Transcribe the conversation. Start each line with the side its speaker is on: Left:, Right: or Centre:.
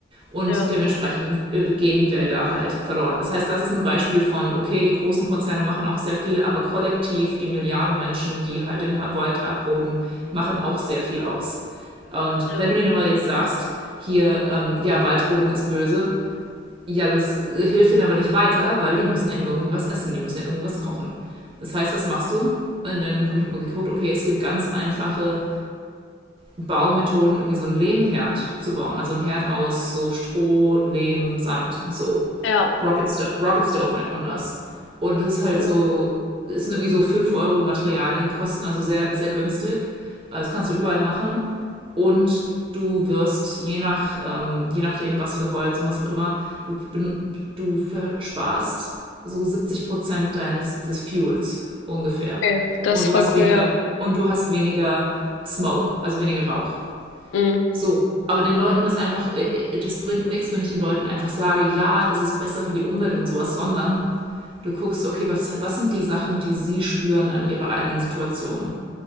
Right: Und
Left: ja,
Right: dementsprechend äh, gehen die Wälder halt verloren. Das heißt, das ist ein Beispiel von, okay, die großen Konzerne machen auch sehr viel, aber kollektiv die Milliarden Menschen, die halt den Wald abroden, machen auch sehr viel aus. Und
Left: ja,
Right: wenn du denen aber jetzt sagst, hier, ähm, ja, Waldrodung ist böse, ja, das äh, hilft denen aber nicht weiter, weil die müssen ja irgendwie was essen, die müssen ja irgendwie was kochen. Das heißt, was machst du? Und dann habe ich aber geguckt, okay, es gibt ganz einfache Baumethoden, irgendwie so einen Lehmherd zu bauen. Also ein Herd aus so Stroh, Lehm, Sand, so.
Left: ja.
Right: Rocket Stove, Rocket Stove nennt man das. Und es ist halt
Left: Cool.
Right: so, es sind irgendwie so 5 Euro Materialien kosten, also sehr, sehr günstig. Also Das kannst du überall machen und du wirst je nach ähm, je nachdem was für Holz und was auch immer du du versparst so 70 Prozent deines des Fuels ungefähr
Left: Okay, das
Right: und
Left: ist
Right: du
Left: voll
Right: hast weniger
Left: cool, ja.
Right: und du hast weniger Smoke also weniger Rauch
Left: Mhm.
Right: so aber den Leuten das einfach äh, äh, das bringt nichts wenn ich den Leuten einfach sage ja das ist besser für die Umwelt und sowas sondern du guckst okay was was sind die Sachen die sie spüren an ihrer eigenen Situation